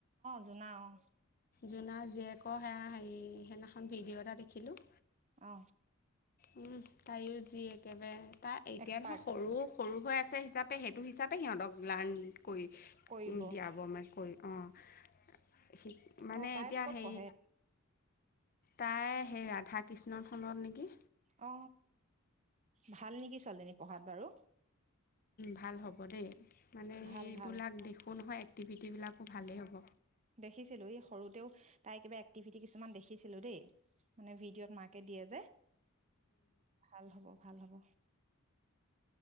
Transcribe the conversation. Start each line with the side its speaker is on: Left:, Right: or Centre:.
Right: জুনা অ'।
Left: জুনা জীয়েকৰ সেয়া হেৰি সেইদিনাখন ভিডিঅ' এটা দেখিলো।
Right: অ।
Left: উম, তাইও যি একেবাৰে তাই এতিয়া
Right: এক্সপাৰ্ট
Left: নহয় সৰু-সৰু হৈ আছে হিচাপে সেইটো হিচাপে সিহঁতক লাৰ্ণ কৰি
Right: কৰিব
Left: দিয়াব <unintelligible> কৈ অ'। মানে
Right: অঁ তাই
Left: এতিয়া
Right: ক'ত
Left: হেই
Right: পঢ়ে
Left: তাই সেই ৰাধা-কৃষ্ণ খনত নেকি?
Right: অ, ভাল নেকি ছোৱালীজনী পঢ়াত বাৰু?
Left: ভাল হ'ব দেই মানে
Right: ভাল
Left: সেইবিলাক
Right: ভাল
Left: দেখোঁ নহয় এক্টিভিটিবিলাকো ভালেই হ'ব।
Right: দেখিছিলো এই সৰুতেও তাইৰ কিবা এক্টিভিটি কিছুমান দেখিছিলো দেই। মানে ভিডিঅ'ত মাকে দিয়ে যে ভাল হ'ব ভাল হব।